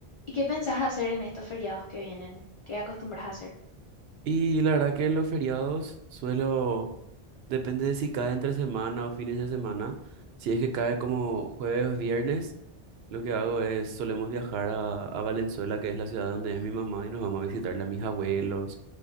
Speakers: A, on the left (about 40°); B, on the right (about 75°).
A: ¿Y qué pensás hacer en estos feriados que vienen? ¿Qué acostumbras a hacer?
B: Y la verdad que en los feriados suelo, depende de si cae entre semana o fines de semana. Si es que cae como jueves o viernes, lo que hago es solemos viajar a, a Valenzuela, que es la ciudad donde es mi mamá, y nos vamos a visitarle a mis abuelos